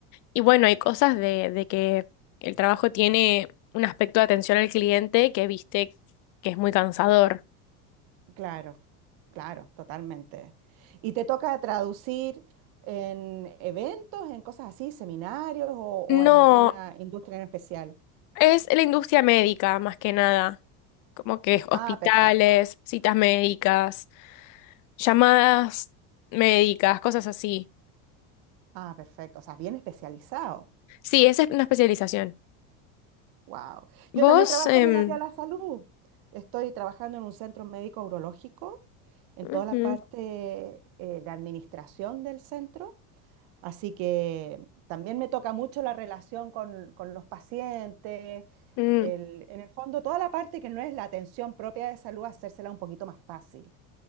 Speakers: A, on the left; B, on the right.
A: Y bueno, hay cosas de, de que el trabajo tiene un aspecto de atención al cliente que viste que es muy cansador.
B: Claro, claro, totalmente. ¿Y te toca traducir en eventos, en cosas así, seminarios o, o
A: No,
B: en alguna industria en especial?
A: Es la industria médica, más que nada. Como que hospitales,
B: Ah, perfecto.
A: citas médicas, llamadas médicas, cosas así.
B: Ah, perfecto. O sea, bien especializado.
A: Sí, esa es una especialización.
B: Wow.
A: Vos,
B: Yo también trabajo
A: em,
B: en el área de la salud. Estoy trabajando en un centro médico urológico, en
A: ujú,
B: toda la parte eh, de administración del centro. Así que también me toca mucho la relación con, con los pacientes,
A: mm,
B: el- en el fondo toda la parte que no es la atención propia de salud, hacérsela un poquito más fácil.